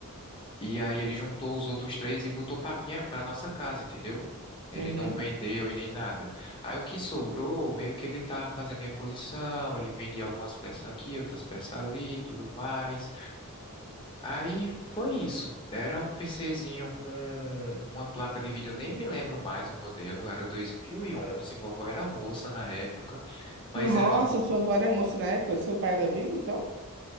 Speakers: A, on the left; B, on the right.
A: e aí ele juntou os outros três e botou pra minha, pra nossa casa, entendeu? Ele
B: Uhum.
A: não vendeu e nem nada. Aí o que sobrou, meio que ele tava fazendo reposição, ele vendia algumas peças aqui, outras peças ali, e tudo mais. Aí foi isso. Era um PCzinho com uma placa de vídeo, eu nem me lembro mais o modelo, era 2011, vovó era moça na época, mas
B: Nossa,
A: era uma
B: sua avó era moça na época, seu pai era vivo, então?